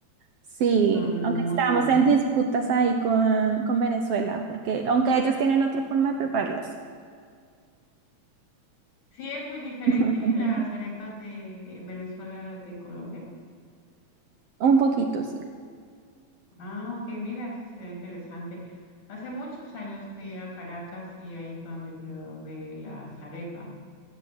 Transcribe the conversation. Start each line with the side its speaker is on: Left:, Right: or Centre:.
Right: Sí,
Left: son
Right: aunque
Left: muy...
Right: estamos en disputas ahí con, con Venezuela, porque aunque ellos tienen otra forma de prepararlas.
Left: Sí, es muy diferente
Right: <laughs>
Left: las arepas de Venezuela a las de Colombia.
Right: Un poquito, sí.
Left: Ah, ok, mira, eso sería interesante. Hace muchos años fui a Caracas y ahí fue donde probé las arepas.